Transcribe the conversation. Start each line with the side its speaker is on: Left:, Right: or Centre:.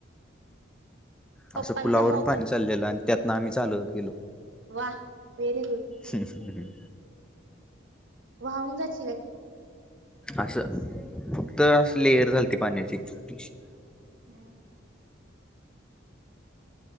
Right: पप्पांचा
Centre: असं पुलावरून
Right: मोबाईल.
Centre: पाणी चाललेलं आणि त्यातन आम्ही चालत गेलो
Right: वा व्हेरी गुड
Centre: हू हू
Right: वाहून जाशीला
Centre: असं फक्त अस लेअर झालती पाण्याची छोटीशी
Right: हू हू